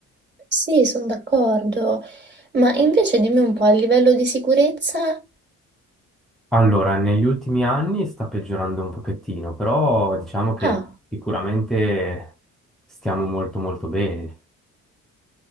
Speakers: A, on the right; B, in the centre.
A: Sì, sono d'accordo, ma invece dimmi un po' a livello di sicurezza,
B: Allora, negli ultimi anni sta peggiorando un pochettino, però diciamo che
A: ah,
B: sicuramente stiamo molto molto bene.